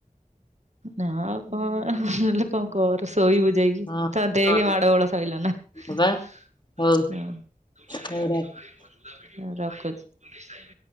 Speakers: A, on the right (about 50°); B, on the left (about 30°).
A: ନାଁ ଆଉ କଣ। କଣ କର ଶୋଇବୁ ଯାଇକି
B: ହଁ
A: ତ ଦେଖେ
B: ହଁ
A: ମାଡ ଗୋଳ ଶଇଲା ନା।
B: ହଁ ବା
A: ରଖୁଚି।
B: ହଉ ହଉ ରଖ।